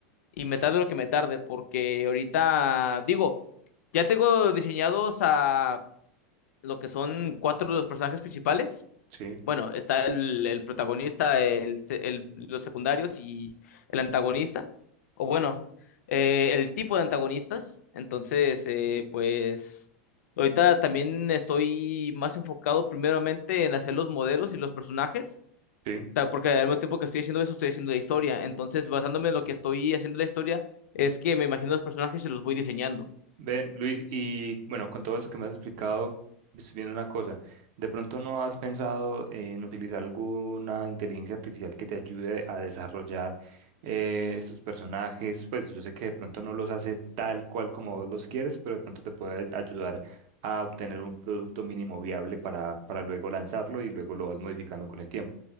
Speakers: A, on the left; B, on the right.
A: y me tarde lo que me tarde, porque ahorita, digo, ya tengo diseñados a lo que son cuatro de los personajes principales.
B: sí,
A: Bueno, está el, el protagonista, el, se- el- los secundarios y el antagonista, o bueno, eh, el tipo de antagonistas. Entonces, eh, pues ahorita también estoy más enfocado primeramente en hacer los modelos y los personajes,
B: sí.
A: ta- porque al mismo tiempo que estoy haciendo eso, estoy haciendo la historia. Entonces, basándome en lo que estoy haciendo la historia, es que me imagino los personajes y los voy diseñando.
B: Ven, Luis, y bueno, con todo eso que me has explicado, estoy viendo una cosa. ¿De pronto no has pensado en utilizar alguna inteligencia artificial que te ayude a desarrollar eh, estos personajes? Pues yo sé que de pronto no los hace tal cual como vos los quieres, pero de pronto te puede ayudar a obtener un producto mínimo viable para, para luego lanzarlo y luego lo vas modificando con el tiempo.